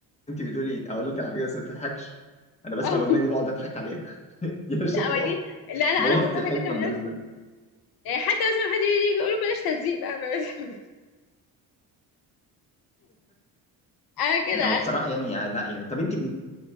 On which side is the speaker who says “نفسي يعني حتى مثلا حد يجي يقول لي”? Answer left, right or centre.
Left